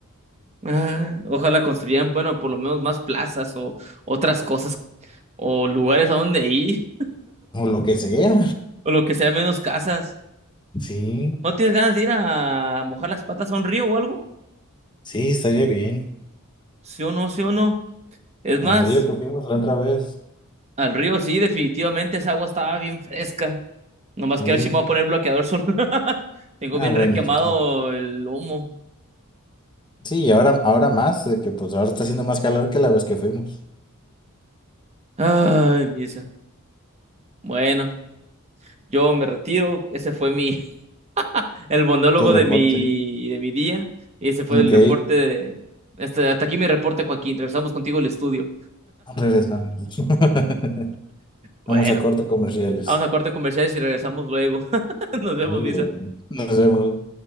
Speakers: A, on the right; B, on the left.
A: Ah, ojalá construyan, bueno, por lo menos más plazas o otras cosas o lugares a donde ir
B: O lo que sea.
A: o lo que sea menos casas.
B: Sí,
A: ¿No tienes ganas de ir a mojar las patas a un río o algo?
B: sí, estaría bien.
A: Sí o no, sí o no. Es más,
B: Al río que fuimos la otra vez.
A: al río sí, definitivamente esa agua estaba bien fresca. Nomás
B: Sí.
A: que ahora sí me voy a poner bloqueador solar. <laughs> Tengo
B: Ah,
A: bien
B: bueno,
A: requemado
B: sí.
A: el lomo.
B: Sí, y ahora, ahora más, de que pues ahora está haciendo más calor que la vez que fuimos.
A: Ay, misa. Bueno. Yo me retiro, ese fue mi, <laughs> el monólogo
B: Tu reporte.
A: de mi, de mi día y ese fue
B: Ok,
A: el reporte de, este, hasta aquí mi reporte, Joaquín. Regresamos contigo al estudio.
B: regresamos. <laughs>
A: Bueno,
B: Vamos a corte comerciales.
A: vamos a corte comerciales y regresamos luego. <laughs> Nos vemos,
B: Muy
A: Lisa.
B: bien. Nos vemos.